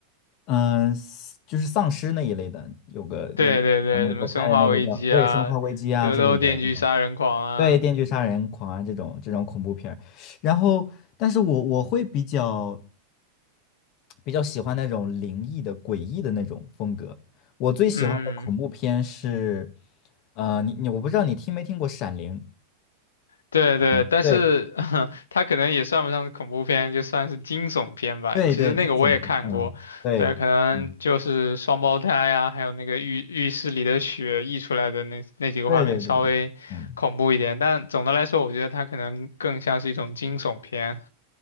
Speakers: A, on the left (about 40°); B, on the left (about 70°).
A: 嗯、丧就是丧尸那一类的，有个那个呃美国拍的那个叫对《生化危机》啊之类的这种，
B: 对对对，什么《生化危机》啊，《德州电锯杀人狂》啊，
A: 对《电锯杀人狂》啊这种这种恐怖片儿然后，但是我我会比较比较喜欢那种灵异的、诡异的那种风格。我最喜欢的恐怖片是，
B: 嗯，
A: 呃，你你我不知道你听没听过《闪灵》？
B: 对对，
A: 嗯，
B: 但是
A: 对
B: <laughs> 它可能也算不上是恐怖片，就算是惊悚片吧。
A: 对对，
B: 其实那个我也看过，
A: 惊悚片，嗯，对。
B: 对，可能就是双胞胎啊，
A: 嗯。
B: 还有那个浴浴室里的血溢出来的那那几个画面稍微恐怖一点，
A: 对对对对，嗯
B: 但总的来说，我觉得它可能更像是一种惊悚片。